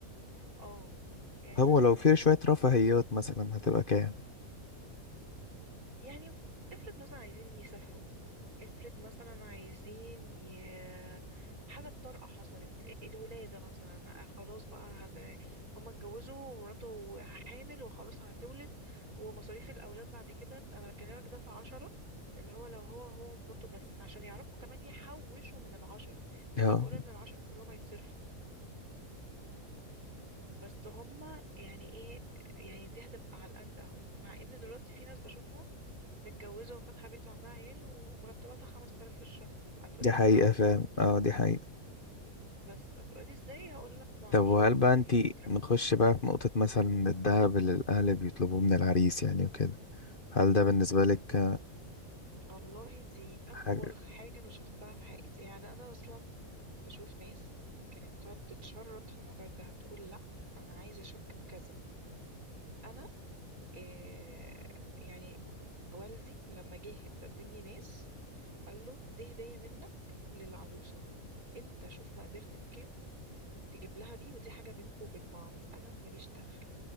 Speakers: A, on the right; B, on the left.
A: اه يعني
B: هو
A: مثلا
B: لو في شوية رفاهيات مثلا هتبقى كام؟
A: يعني افرض مثلا عايزين يسافروا افرض مثلا عايزين ي... حاجة طارئة حصلت إيه، الولادة مثلا آه، خلاص بقى هت... هما اتجوزوا ومراته حامل وخلاص هتولد ومصاريف الأولاد بعد كده أنا بكلمك ده في عشرة اللي هو لو هو هو ومراته بس عشان يعرفوا كمان يحوشوا من العشرة يعني
B: اه
A: مش بقول إن العشرة كلهم هيتصرفوا بس هما يعني ايه يعني دي هتبقى على القد قوي مع ان دلوقتي في ناس بشوفها متجوزة وفاتحة بيت وعندها عيال ومرتباتها 5000 في الشهر هتقولي
B: دي حقيقة
A: ازاي اقولك
B: فعلا
A: معرفش،
B: اه دي حقيقة
A: بس هتقولي ازاي هقول لك معرفش
B: طب وهل
A: هو ربنا
B: بقى انتي
A: كده بيكرمه
B: نخش بقى في نقطة مثلا الذهب اللي الأهل بيطلبوه من العريس يعني وكده هل ده بالنسبة لك
A: والله دي أبوخ
B: حاجة
A: حاجة أنا شفتها في حياتي يعني أنا أصلا كنت أشوف ناس كانت تقعد تتشرط في موضوع الدهب تقول لأ أنا عايزة شبكة كذا أنا إيه يعني والدي لما جه تقدم لي ناس قال له دي هدية منك للعروسة أنت شوف مقدرتك كام تجيب لها بيه ودي حاجة بينكم وبين بعض أنا ماليش دخل